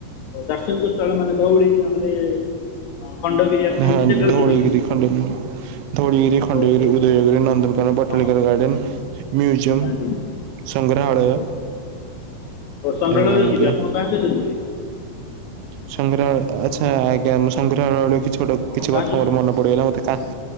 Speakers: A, on the left; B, on the right.
A: ଦାର୍ଶନିକ ସ୍ଥଳ ମାନେ ଧଉଳି ନହେଲେ ଅ, ଖଣ୍ଡଗିରି ଆପଣ ଏମିତି
B: ହଁ
A: ଜାଗାକୁ
B: ଧଉଳିଗିରି
A: ଯିବେ କି
B: ଖଣ୍ଡଗିରି। ଧୂଳିଗିରି ଖଣ୍ଡଗିରି
A: ହଉ ହଉ
B: ଉଦୟଗିରି ନନ୍ଦନକାନନ ବଟନିକାଲ
A: ହଁ
B: ଗାର୍ଡନେ। ମ୍ୟୁଜିୟମ୍
A: ଆଜ୍ଞା
B: ସଂଗ୍ରହାଳୟ।
A: ହଉ ହଉ ହଉ ସଂଗ୍ରାଳୟକୁ
B: ଆଜ୍ଞା ଆଜ୍ଞା
A: ଯିବେ ଆପଣ କାହା ସହିତ ଯିବେ।
B: ସଂଗ୍ରହାଳୟ ଆଛା ଆଜ୍ଞା ସଂଗ୍ରହାଳୟ କିଛି ଗୋଟେ
A: ଆପଣ
B: କିଛି
A: କାହା
B: କଥା
A: ସହିତ
B: ମୋର ମନେ ପଡିଗଲା ମତେ। ଆଃ